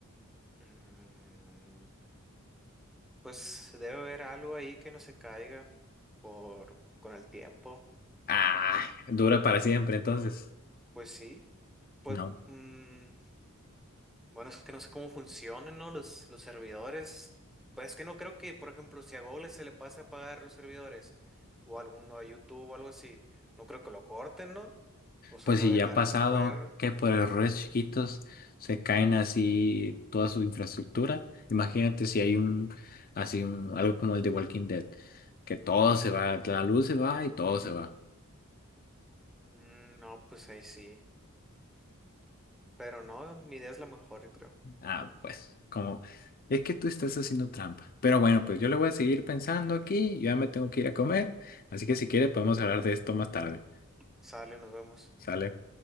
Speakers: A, in the centre; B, on the left.
A: Mm, Pues debe haber algo ahí que no se caiga por con el tiempo.
B: Ah, dura para siempre entonces.
A: Pues sí, pues
B: No.
A: mm, bueno, es que no sé cómo funcionan, ¿no? Los, los servidores. Pues es que no creo que, por ejemplo, si a Google se le pasa a apagar los servidores o a alguno a YouTube o algo así, no creo que lo corten, ¿no? O sea,
B: Pues
A: lo
B: si
A: dejarán
B: ya ha pasado
A: correr.
B: que por errores chiquitos se caen así toda su infraestructura. Imagínate si hay un, así un, algo como el de Walking Dead, que todo se va, la luz se va y todo se va.
A: Mm, no, pues ahí sí. Pero no, mi idea es la mejor, yo creo.
B: Ah, pues, como es que tú estás haciendo trampa. Pero bueno, pues yo le voy a seguir pensando aquí, yo ya me tengo que ir a comer, así que si quieres podemos hablar de esto más tarde.
A: Sale, nos vemos.
B: ¿Sale?